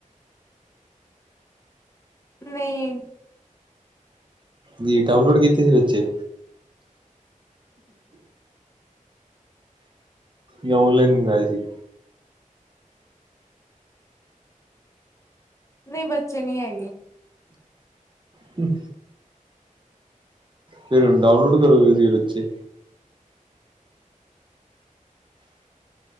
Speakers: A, on the left (about 20°); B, on the right (about 35°).
A: ਨਹੀਂ।
B: ਜੀ ਡਾਊਨਲੋਡ ਕੀਤੇ ਸੀ ਬੱਚੇ, ਯਾ ਓਨਲਾਈਨ ਮੰਗਵਾਏ ਸੀ।
A: ਨਹੀਂ, ਬੱਚੇ ਨਹੀ ਹੈਗੇ।
B: ਹਮ ਫਿਰ, ਹੁਣ ਡਊਨਲੋਡ ਕਰੋਗੇ ਤੁਸੀ ਬੱਚੇ।